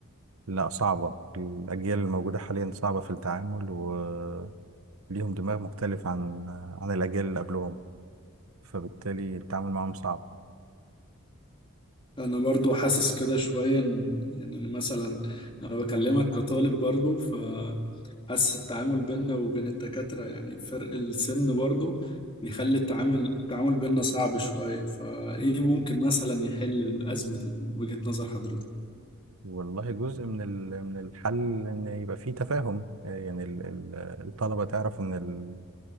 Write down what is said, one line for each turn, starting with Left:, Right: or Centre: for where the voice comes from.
Right: لا صعبة الأجيال الموجودة حاليا صعبة في التعامل وليهم دماغ مختلف عن عن الأجيال اللي قبلهم فبالتالي التعامل معهم صعب
Left: <laughs> انا برضو حاسس كده شوية إن- يعني مثلا انا بكلمك كطالب برضو فحاسس التعامل بيننا وبين الدكاترة يعني فرق السن برضو بيخلي التعامل التعامل بيننا صعب شوية فايه ممكن مثلا يحل الأزمة دي من وجهة نظر حضرتك
Right: والله جزء من ال- من الحل ان يبقى فيه تفاهم يعني ال- ال- الطلبه تعرف ان ال-